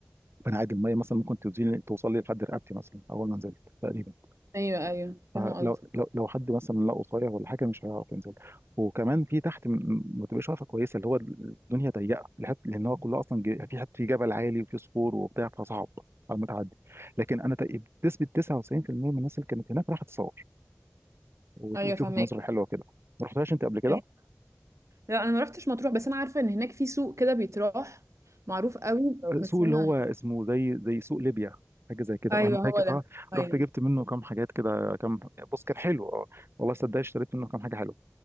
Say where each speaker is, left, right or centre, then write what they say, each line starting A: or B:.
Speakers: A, on the right; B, on the right.
A: فانا عادي الميه مثلا ممكن توزيني- توصل لي لحد رقبتي مثلا اول ما نزلت تقريبا
B: ايوه ايوه
A: فلو
B: فاهمه قصدك
A: لو لو حد مثلا لا قصير ولا حاجه مش هيعرف ينزل وكمان في تحت م- ما تبقاش عارفه كويسه اللي هو الدنيا ضيقه لحد لان هو كله اصلا ج- في حد في جبل عالي وفي صخور وبتاع فصعب على المتعدي لكن انا تق- بنسبه 99% من الناس اللي كانت هناك راحت تصور وت-
B: ايوه
A: وتشوف
B: فاهمك
A: المناظر الحلوه كده ما رحتهاش انت قبل كده
B: أيوة. لا انا ما رحتش مطروح بس انا عارفه ان هناك في سوق كده بيتراح معروف قوي بس
A: سوق اللي
B: انا
A: هو اسمه زي زي سوق ليبيا حاجه زي كده
B: ايوه
A: اه انا
B: هو
A: فاكر
B: ده
A: اه
B: ايوه
A: رحت جبت منه كام حاجات كده كام بص كان حلو اه والله صدق اشتريت منه كام حاجه حلوه